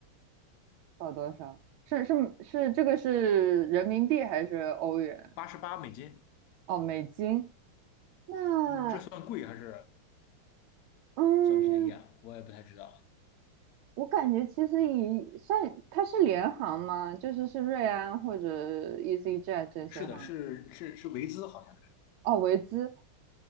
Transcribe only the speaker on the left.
八十八美金。
嗯，这算贵还是
算便宜啊？我也不太知道。
是的，是是是维兹，好像